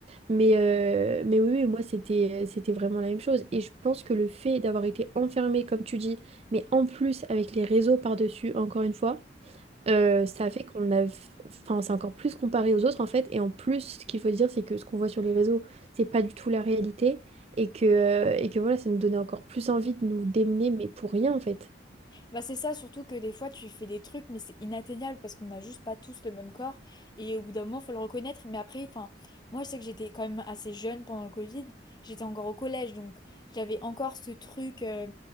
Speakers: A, on the right; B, on the left.
A: Mais, euh, mais oui, oui, moi, c'était, euh, c'était vraiment la même chose. Et je pense que le fait d'avoir été enfermé, comme tu dis, mais en plus avec les réseaux par-dessus, encore une fois, euh, ça a fait qu'on a... Enfin, c'est encore plus comparé aux autres, en fait. Et en plus, ce qu'il faut dire, c'est que ce qu'on voit sur les réseaux, c'est pas du tout la réalité. Et que, euh, et que voilà, ça nous donnait encore plus envie de nous démener, mais pour rien, en fait.
B: Bah c'est ça, surtout que des fois tu fais des trucs, mais c'est inatteignable parce qu'on n'a juste pas tous le même corps. Et au bout d'un moment, faut le reconnaître. Mais après, enfin, moi je sais que j'étais quand même assez jeune pendant le Covid. J'étais encore au collège, donc j'avais encore ce truc. euh,